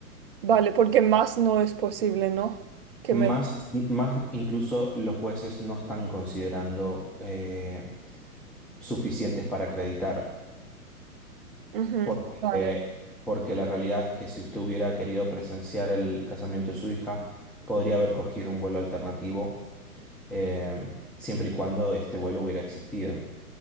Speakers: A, on the right (about 40°); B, in the centre.
A: Vale, porque más no es posible, ¿no? Que
B: Más,
A: me...
B: más incluso los jueces no están considerando eh, suficientes para acreditar.
A: Ujú,
B: Porque,
A: Vale,
B: porque la realidad es que si usted hubiera querido presenciar el casamiento de su hija, podría haber cogido un vuelo alternativo, eh, siempre y cuando este vuelo hubiera existido.